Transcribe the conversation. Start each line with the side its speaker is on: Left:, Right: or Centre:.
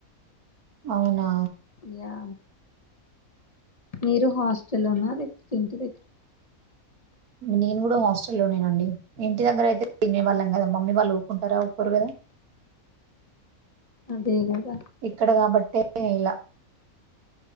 Right: అవునా
Left: యా మీరు హాస్టల్లోన లేక ఇంటి దగ్గర
Right: నేను కూడా హాస్టల్లోనేనండి ఇంటి దగ్గర అయితే తినేవాళ్ళం కదా మమ్మీ వాళ్ళు ఊకుంటారా ఊకోరు కదా
Left: అదే కదా
Right: ఇక్కడ కాబట్టే నీలా